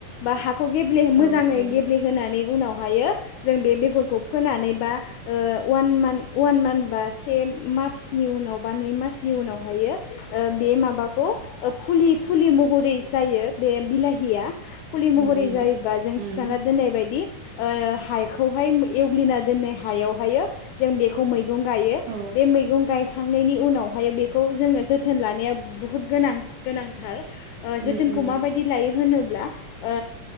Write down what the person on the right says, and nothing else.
औ औ
उम उम
उम
औ
उम
उम